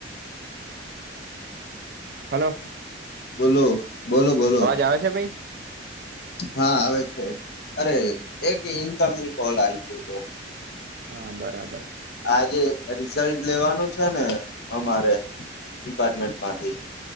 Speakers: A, on the right; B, on the left.
A: hello
B: બોલો બોલો બોલો
A: અવાજ આવે છે ભાઈ
B: હા આવે છે અરે એક ઇનકમિંગ કોલ આવી ગયો હતો
A: હા બરાબર
B: આજે રિઝલ્ટ લેવાનું છે ને અમારે ડીપાર્ટમેન્ટમાંથી